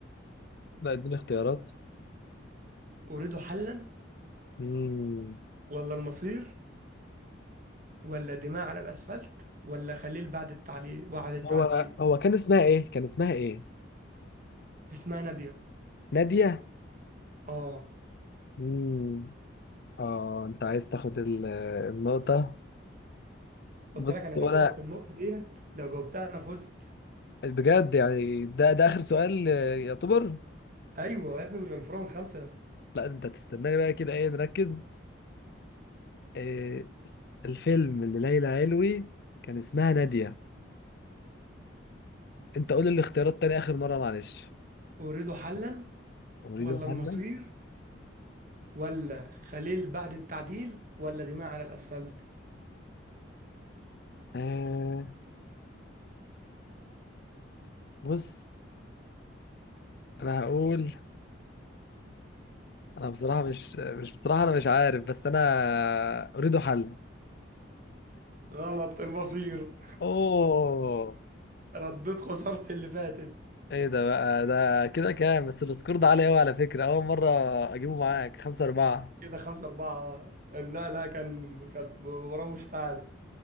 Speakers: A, on the left; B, on the right.
A: لا اديني اختيارات
B: اريد حلا
A: مم.
B: ولا المصير ولا دماء على الاسفلت ولا خليل بعد التعليل بعد التعديل
A: هو هو كان اسمها ايه كان اسمها ايه
B: اسمها ناديه
A: نادية
B: اه
A: مم. اه انت عايز تاخد ال- النقطة
B: خد
A: بص
B: بالك انا لو
A: هو انا
B: جاوبت النقطه ديت لو جاوبتها انا فزت
A: بجد يعني ده ده اخر سؤال آه، يعتبر
B: ايوه يا ابني من الفرن الخمسه
A: لا انت تستناني بقى كده ايه نركز آه، الفيلم اللي ليلى علوي كان اسمها نادية انت قول الاختيارات تاني اخر مرة معلش
B: اريد حلا
A: اريد
B: ولا المصير
A: حلا
B: ولا خليل بعد التعديل ولا دماء على الأسفلت
A: آه بص انا هقول انا بصراحة مش مش بصراحة انا مش عارف بس انا اريد حلا
B: غلط المصير <laughs>
A: اوه
B: رديت خسارتي اللي فاتت
A: ايه ده بقى ده كده كام بس السكور ده عالي قوي على فكرة اول مرة اجيبه معاك خمسة اربعة
B: كده خمسة أربعة لا لا كان كانت وراه مشتعلة